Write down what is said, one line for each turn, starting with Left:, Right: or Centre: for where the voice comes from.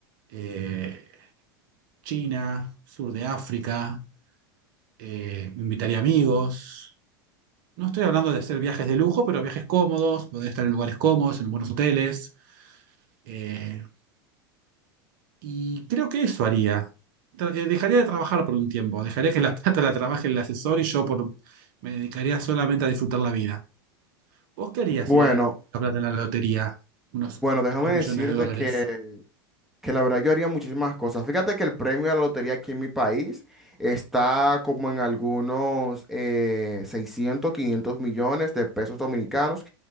Right: eh, China, sur de África, eh, invitaría amigos. No estoy hablando de hacer viajes de lujo, pero viajes cómodos, poder estar en lugares cómodos, en buenos hoteles. eh, y creo que eso haría. Tra- eh, Dejaría de trabajar por un tiempo, dejaría que la <laughs> plata la trabaje el asesor y yo por, me dedicaría solamente a disfrutar la vida. ¿Vos qué harías
Centre: Bueno,
Right: si ganaras la plata en la lotería? Unos
Centre: bueno, déjame
Right: 10 millones
Centre: decirte
Right: de dólares.
Centre: que que la verdad yo haría muchísimas cosas. Fíjate que el premio de la lotería aquí en mi país está como en algunos eh, 600, 500 millones de pesos dominicanos